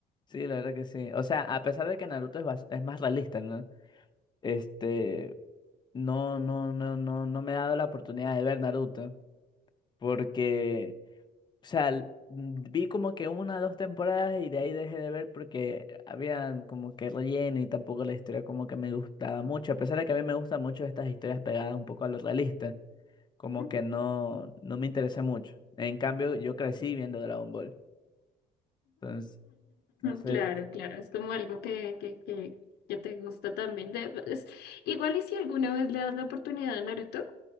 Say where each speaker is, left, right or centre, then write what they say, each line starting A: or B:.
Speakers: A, on the left; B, on the left.
A: Sí, la verdad que sí. O sea, a pesar de que Naruto es, bas- es más realista, ¿no? Este, no, no, no, no, no me he dado la oportunidad de ver Naruto. Porque O sea, l- mm, vi como que una o dos temporadas y de ahí dejé de ver porque había como que relleno y tampoco la historia como que me gustaba mucho. A pesar de que a mí me gustan mucho estas historias pegadas un poco a lo realista, como
B: <laughs>
A: que no, no me interesé mucho. En cambio, yo crecí viendo Dragon Ball. Entonces, entonces,
B: Claro, claro, es como algo que, que, que, que te gusta también. De, es- igual y si alguna vez le das la oportunidad a Naruto,